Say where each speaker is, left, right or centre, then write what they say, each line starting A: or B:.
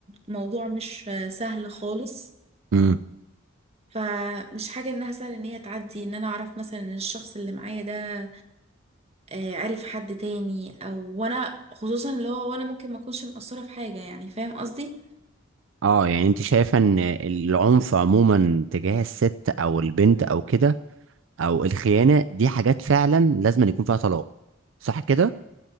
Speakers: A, on the right; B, on the right.
A: وموضوع مش سهل خالص
B: امم
A: فمش حاجة انها سهلة ان هي تعدي ان انا اعرف مثلا ان الشخص اللي معايا ده آه، عارف حد تاني او وانا خصوصا اللي هو وانا ممكن ما اكونش مقصرة في حاجة يعني فاهم قصدي
B: اه يعني انت شايفة ان العنف عموما تجاه الست او البنت او كده او الخيانة دي حاجات فعلا لازم يكون فيها طلاق صح كده